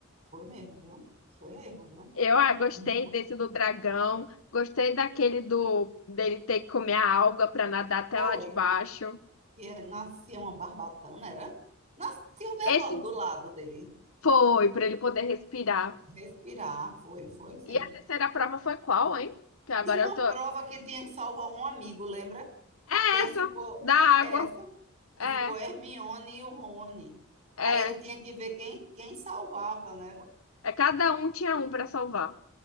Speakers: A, on the right; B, on the left.
A: Foi mesmo, viu? Foi mesmo, viu?
B: Eu ah, gostei
A: Hum.
B: desse do dragão, gostei daquele do dele ter que comer a alga para nadar até
A: Foi.
B: lá de baixo.
A: Que nascia uma barbatana, era? Nascia o negócio
B: Esse
A: do lado dele.
B: foi para ele poder respirar.
A: Respirar, foi, foi sim.
B: E a terceira prova foi qual, hein? Que agora
A: Tinha uma
B: eu tô
A: prova que tinha que salvar um amigo, lembra?
B: essa
A: Que aí ficou
B: da água.
A: é essa,
B: É,
A: que ficou Hermione e o Rony.
B: é,
A: Aí ele tinha que ver quem, quem salvava, né?
B: é cada um tinha um para salvar.